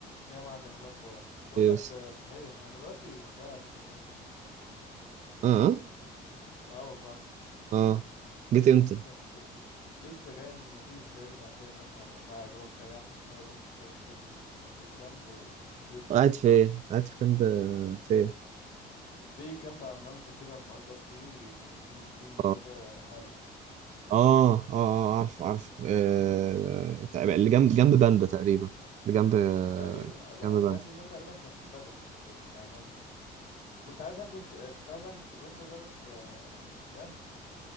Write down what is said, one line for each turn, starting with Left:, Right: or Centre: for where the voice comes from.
Left: يا معلم إيه الاخبار بقول
Right: إيه
Left: لك
Right: يس-
Left: آه، صحيح انا دلوقتي في دهب في الممشى
Right: اه اه
Left: اه والله
Right: آه. جيت امتى
Left: كنت لسه جاي مفيش بقالي ساعتين مثلا ولا ساعه يا دوبك ريحت شويه بس آه، كده في ال... في الكامب ونزلت
Right: قاعد فين قاعد في كامب فين
Left: في كامب على الممشى كده مأجر فيه في بسين
Right: اه
Left: كده حلو
Right: اه اه آه، عارف عارف آه... تقريبا اللي جنب جنب باندا تقريبا اللي جنب آه،
Left: تقريبا لا
Right: جنب
Left: باندا
Right: باندا
Left: ده تقريبا كان في اللاجون مش في الممشى كنت عايز احجز آه، كنت عايز احجز في باندا ده بس آه، فاهم